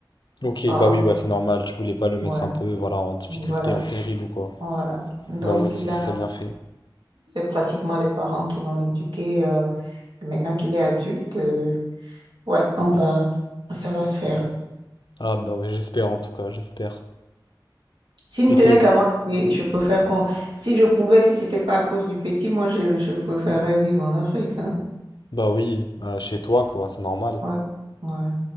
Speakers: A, on the left; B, on the right.
A: Ok,
B: ah,
A: bah oui, bah c'est normal, tu voulais pas le mettre
B: ouais,
A: un peu, voilà, en difficulté,
B: voilà,
A: en péril ou quoi.
B: voilà. Donc,
A: Bah ouais, c'est-
B: il a,
A: t'as bien fait.
B: c'est pratiquement les parents qui l'ont éduqué. euh, et maintenant qu'il est adulte, euh, ouais, on va, ça va se faire.
A: Ah bah ouais, j'espère en tout cas, j'espère.
B: S'il
A: Et
B: ne tenait
A: t'es,
B: qu'à moi, et je préfère qu'on, si je pouvais, si c'était pas à cause du petit, moi, je, je préférerais vivre en Afrique, hein.
A: bah oui, euh, chez toi, quoi, c'est normal.
B: Ouais, ouais.